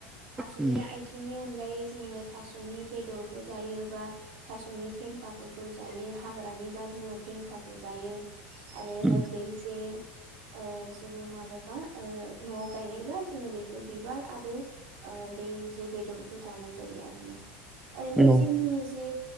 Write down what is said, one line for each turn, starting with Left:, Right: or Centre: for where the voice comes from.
Right: थास'नि
Centre: उम
Right: आ थिंनि अनगायै जोङो थास'नि बेदरखौ जायो बा थास'नि फेंखाफोरखौ जायो हाग्रानिबा जोङो फेंखा खौ जायो आरो
Centre: उम
Right: बै जे ओ जोङो माबाबा ओ न'आव गायनायबा जोङो बेखौ बिबार आरो ओ बै जे बेदरखौ जानाय जायो आरोना ओरैनोथ'
Centre: उम
Right: जोंनि जे